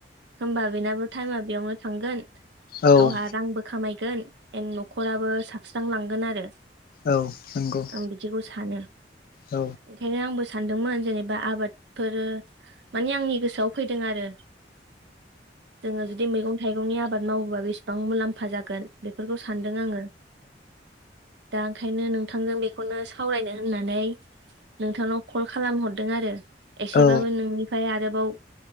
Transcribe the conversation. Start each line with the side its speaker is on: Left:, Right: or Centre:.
Right: होमबा बेनाबो टाइमा बेयावनो थांगोन
Left: औ
Right: गावहा रांबो खामायगोन एन न'खराबो साबस्रांलांगोन आरो
Left: औ नंगौ
Right: आं बिदिखौ सानो
Left: औ
Right: ओंखायनो आंबो सानदोंमोन जेनेबा आबादफोरो मानि आंनि गोसोआव फैदों आरो जोङो जुदि मैगं थाइगंनि आबाद मावोबा बेसेबां मुलाम्फा जागोन बेफोरखौ सान्दों आङो दा ओंखायनो नोंथांजों बेखौनो सावरायनो होननानै नोंथांनाव कल खालाम हरदों आरो एसेबाबो
Left: औ
Right: नोंनिफ्राय आरो बाव